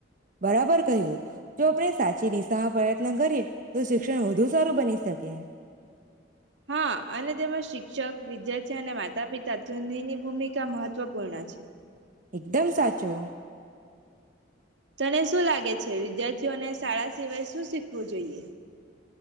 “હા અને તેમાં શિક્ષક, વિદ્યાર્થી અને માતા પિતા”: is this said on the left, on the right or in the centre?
Right